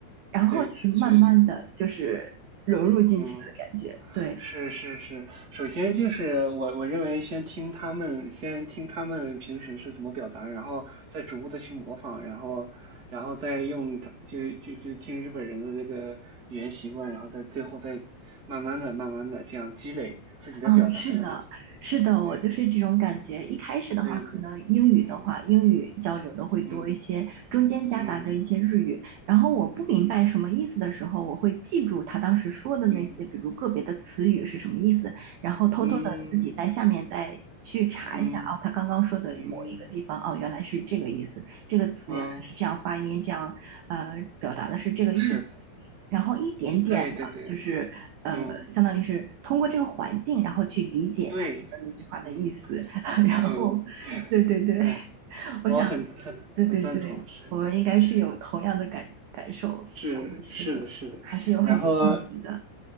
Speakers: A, on the right; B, on the right.
A: 然后就是慢慢的就是融入进去的感觉，
B: 对，就嗯，
A: 对，
B: 是是是，首先就是我我认为先听他们先听他们平时是怎么表达，然后再逐步的去模仿，然后然后再用他就就就听日本人的那个语言习惯，然后再最后再慢慢的慢慢的这样积累自己的表达，
A: 嗯，是的，
B: 然后
A: 是的，我就是这种感觉。
B: 对
A: 一开始的话，
B: 对对，
A: 可能英语的话，
B: 嗯
A: 英语交流的会多一些，
B: 嗯
A: 中间夹杂着一些日语。
B: 嗯
A: 然后我不明白什么意思的时候，
B: 嗯嗯
A: 我会记住他当时说的那些，
B: 嗯。
A: 比如个别的词语是什么意思，
B: 嗯嗯
A: 然后偷偷的自己在下面再去查一下，
B: 嗯嗯
A: 哦，他刚刚说的某一个地方，
B: 嗯
A: 哦，原来是这个意思，这个词原来是这样发音，
B: 嗯，
A: 这样呃表达的是这个意思。
B: 是，
A: 然后一点点。
B: 对对对，
A: 就是呃，
B: 嗯嗯
A: 相当于是通过这个环境，然后去理解他说的那句话的意思。
B: 对，嗯
A: <laughs> 然后，
B: 对哦，
A: 对对对，
B: 嗯，
A: 我想，
B: 我很很很赞同，
A: 对对对，
B: 是是
A: 我们应该是有同样的感感受。
B: 是是的，
A: 嗯，是的，
B: 是的。
A: 还是有很多共鸣的。
B: 然后